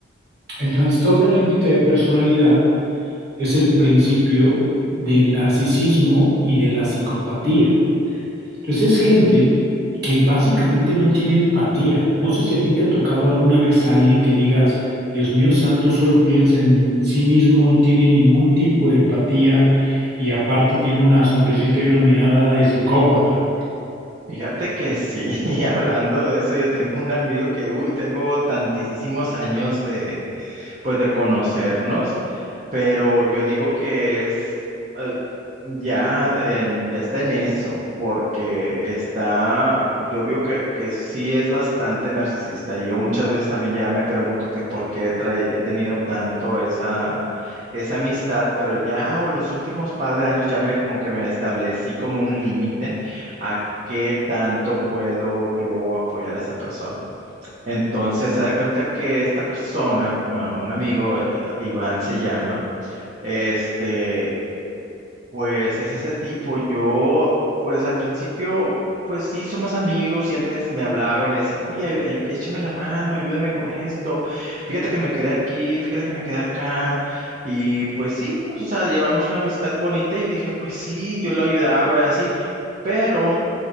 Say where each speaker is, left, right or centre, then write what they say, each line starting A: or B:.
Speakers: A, on the right; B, on the right.
A: el trastorno límite de personalidad es el principio del narcisismo y de la psicopatía. Entonces es gente que básicamente no tiene empatía. No sé si a ti te ha tocado alguna vez a alguien que digas, Dios mío santo, solo piensa en sí mismo, no tiene ningún tipo de empatía y aparte tiene una sonrisita y una mirada de psicópata.
B: Fíjate que sí, <laughs> y hablando de eso, yo tengo un amigo que, uy, tengo tantísimos años de, pues de conocernos, pero yo digo que es eh, ya en- ya está en eso, porque está, yo veo que, que sí es bastante narcisista y yo muchas veces también ya me pregunto que por qué trae- he tenido tanto esa, esa amistad, pero ya o los últimos par de años ya me como que me establecí como un límite a qué tanto puedo yo apoyar a esa persona. Entonces, haz de cuenta que esta persona, ma- un amigo, eh, Iván se llama, este, pues es ese tipo. Yo, pues al principio, pues sí, somos amigos y él me, dec- me hablaba y me decía, oye, ay- ay- échame la mano, ayúdame con esto. Fíjate que me quedé aquí, fíjate que me quedé acá. Y pues sí, pues, o sea, llevamos una amistad bonita y dije, pues sí, yo lo ayudaba así. Pero